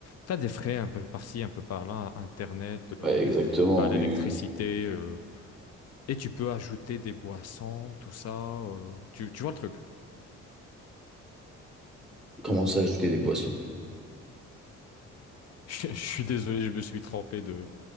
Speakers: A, on the left; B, in the centre.
A: tu as des frais un peu par-ci, un peu par-là, Internet, euh,
B: Ouais, exactement.
A: bah,
B: Oui,
A: l'électricité.
B: oui. oui.
A: euh, et tu peux ajouter des boissons, tout ça. euh, tu, tu vois le truc.
B: Commencer à ajouter des boissons.
A: <laughs> Je, je suis désolé, je me suis trompé de.